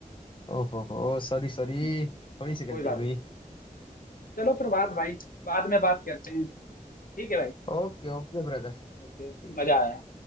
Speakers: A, on the left; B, on the left.
A: ओहो हो सॉरी सॉरी
B: हम्म,
A: थोड़ी सी
B: कोई
A: गलती
B: बात
A: हो गई
B: नहीं चलो प्रभात भाई बाद में बात करते हैं ठीक है भाई
A: Okay okay brother
B: ओके
A: ठीक
B: मजा
A: है
B: आया